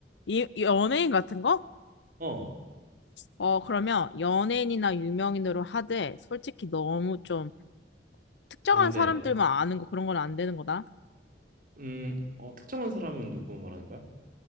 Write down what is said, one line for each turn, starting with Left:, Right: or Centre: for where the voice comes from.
Left: 이, 이 연예인 같은 거?
Right: 어,
Left: 어, 그러면 연예인이나 유명인으로 하되, 솔직히 너무 좀 특정한
Right: 방대에서.
Left: 사람들만 아는 거 그런 건 안 되는 거다.
Right: 음, 어, 특정한 사람은 누구 말하는 거야?